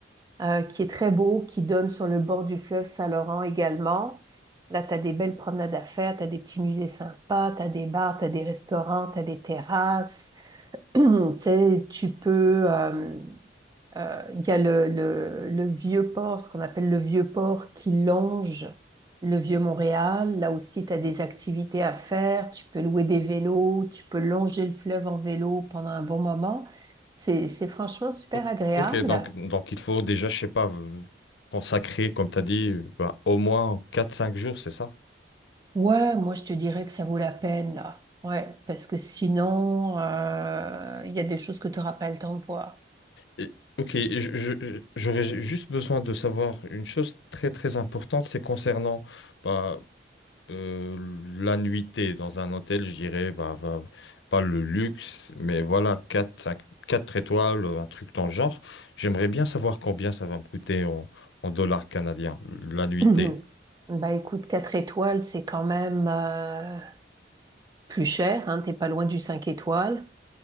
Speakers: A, on the right; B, on the left.
A: euh, qui est très beau, qui donne sur le bord du fleuve Saint-Laurent également. Là, tu as des belles promenades à faire, tu as des petits musées sympas, tu as des bars, tu as des restaurants, tu as des terrasses. <clears throat> Tu sais, tu peux... euh, euh, Il y a le, le, le vieux port, ce qu'on appelle le vieux port qui longe le vieux Montréal. Là aussi, tu as des activités à faire. Tu peux louer des vélos, tu peux longer le fleuve en vélo pendant un bon moment. C'est, c'est franchement super
B: Ok,
A: agréable.
B: ok, donc, donc il faut déjà, je sais pas, euh, consacrer, comme tu as dit, euh, bah, au moins quatre cinq jours, c'est ça?
A: Ouais, moi je te dirais que ça vaut la peine là. Ouais, parce que sinon, euh, il y a des choses que tu n'auras pas le temps de voir. <laughs>
B: Et- ok, je- je- je- j'aurais juste besoin de savoir une chose très très importante, c'est concernant bah, euh, la nuitée dans un hôtel, je dirais, bah, bah, pas le luxe, mais voilà, quatre cinq quatre étoiles, un truc dans le genre. J'aimerais bien savoir combien ça va me coûter en, en dollars canadiens, la nuitée.
A: <clears throat> Bah écoute, 4 étoiles, c'est quand même euh, plus cher, hein, t'es pas loin du 5 étoiles.